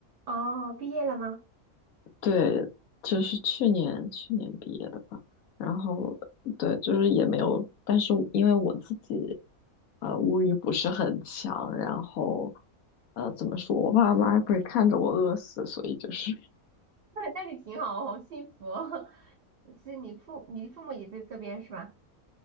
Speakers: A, on the right; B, on the left.
A: 哦，毕业了吗？
B: 对，就是去年去年毕业的吧。然后对，就是也没有，但是因为我自己呃物欲不是很强，然后呃怎么说，我爸妈也不会看着我饿死，所以就是 <laughs>
A: 那那你挺好，好幸福哦 <laughs> 是你父你父母也在这边是吧？